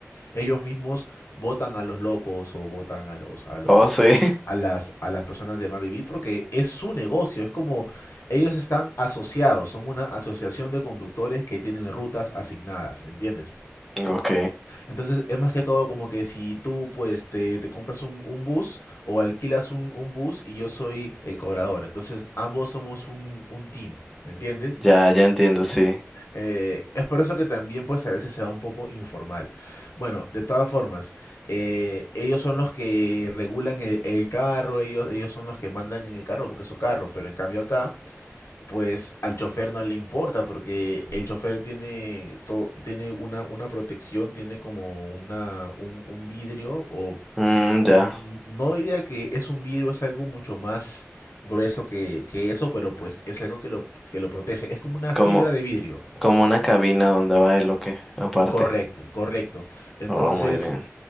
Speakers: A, on the left; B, in the centre.
A: ellos mismos votan a los locos o votan a los a los
B: Oh, sí.
A: a las a las personas de mal vivir porque es su negocio, es como ellos están asociados, son una asociación de conductores que tienen rutas asignadas, ¿me entiendes?
B: <laughs> Ok.
A: Entonces es más que todo como que si tú pues te, te compras un, un bus o alquilas un, un bus y yo soy el cobrador, entonces ambos somos un, un team, ¿me entiendes?
B: Ya, ya entiendo, sí.
A: Eh, es por eso que también pues a veces se da un poco informal. Bueno, de todas formas, eh, ellos son los que regulan el, el carro, ellos, ellos son los que mandan en el carro porque es su carro, pero en cambio acá pues al chofer no le importa porque el chofer tiene, to- tiene una, una protección, tiene como una, un, un vidrio o
B: Mm, ya.
A: mm, no diría que es un vidrio, es algo mucho más grueso que, que eso, pero pues es algo que lo, que lo protege, es como una
B: Como,
A: fibra de vidrio
B: como una cabina donde va el lo que, aparte.
A: Correcto, correcto. Entonces,
B: Oh, muy bien.